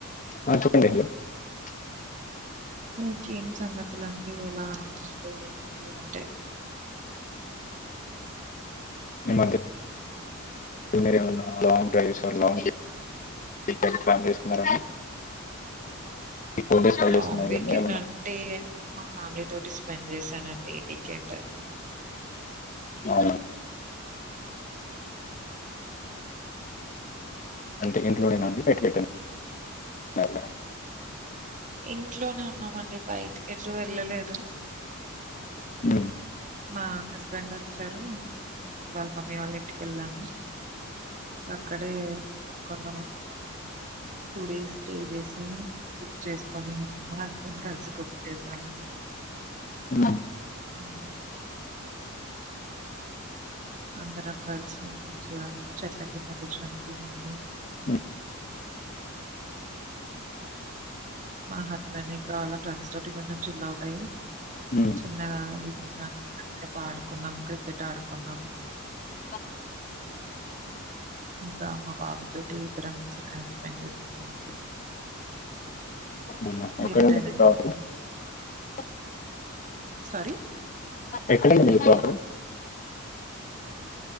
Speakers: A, on the left; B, on the right.
A: <inaudible>
B: ఓకే సంగతులండి ఎలా ఉన్నారు రు ఏంటి అంటే
A: ఈమధ్య మీరేమన్నా లాంగ్ డ్రైవ్స్ లాంగ్ <inaudible> ప్లాన్ చేసుకున్నారండి four days five
B: long
A: days ఉన్నాయి
B: వీకెండ్
A: కదా ఏమన్నా
B: అంటే మా ఫ్యామిలీ తోటి స్పెండ్ చేసానండి వీకెండ్
A: అవు అంటే ఇంట్లో నేనా అండి బయటకి ఎటైనా వెళ్ళారా
B: ఇంట్లోనే ఉన్నామండి బయటికి ఎటు వెళ్ళలేదు
A: ఉమ్
B: మా హస్బెండ్ వచ్చారు వాళ్ళ మమ్మీ వాళ్ళ ఇంటికి వెళ్ళాము అక్కడే <unintelligible> టూ డేస్ స్టే చేసి కుక్ చేసుకొని మా హస్బెండ్ కలిసి కుక్ చేసాము
A: మ్మ్
B: ఉమ్ అందరం కలిసి మంచిగా చెట్ల కింద కూర్చొని తినేసి
A: ఉమ్
B: మా హస్బెండ్ ఇంకా వాళ్ళ ఫ్రెండ్స్ తోటి కొంచెం చిల్ ఔట్ అయి
A: మ్మ్
B: చిన్నగా ఇంగ కాసేపు ఆడుకున్నాం క్రికెట్ ఆడుకున్నాం
A: బా
B: ఇంక మా బాబు తోటి ఇద్దరం మంచి టైమ్ స్పెండ్ చేశాం అండి
A: అవునా ఎక్కడ
B: రిటర్న్ అయ్యారండి
A: <unintelligible>
B: సారి
A: ఎక్కడ అండి మీది ప్రాపర్